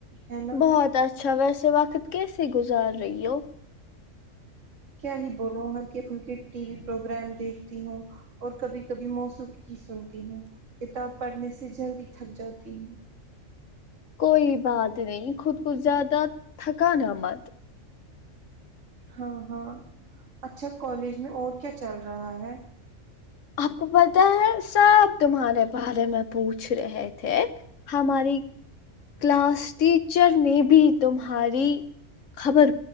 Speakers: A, on the right (about 75°); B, on the left (about 70°).
A: ہے نا
B: بہت اچھا ویسے وقت کیسے گزار رہی ہو
A: کیا ہی بولو ہلکے پلکے ٹی وی پروگرام دیکھتی ہوں اور کبھی کبھی موسق کی سنتی ہوں کتاب پڑھنے سے جلدی تھک جاتی ہوں
B: کوئی بات نہیں خود کو زیادہ تھکانا مت
A: ہاں ہاں اچھا کالج میں اور کیا چل رہا ہے
B: آپ کو پتہ ہے سب تمہارے بارے میں پوچھ رہے تھے ہماری کلاس ٹیچر نے بھی تمہاری خبر